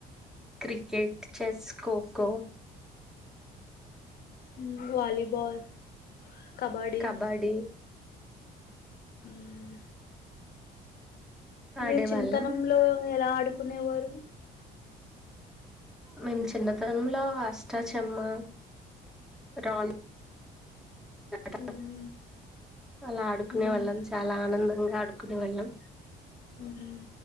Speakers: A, in the centre; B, on the left (about 65°).
A: క్రికెట్ చెస్ ఖోఖో
B: ఊమ్ వాలీబాల్ కబడ్డీ
A: కబడిీ
B: ఊమ్ మీరు
A: ఆడేవాళ్ళం
B: చిన్నతనంలో ఎలా ఆడుకు కొనేవారు
A: మేము చిన్నతనంలో అష్టాచమ్మా రా ట
B: మ్మ్
A: అలా ఆడుకునే
B: మ్మ్
A: వాళ్ళం చాలా ఆనందంగా ఆడు కునే వాళ్ళం
B: ఊమ్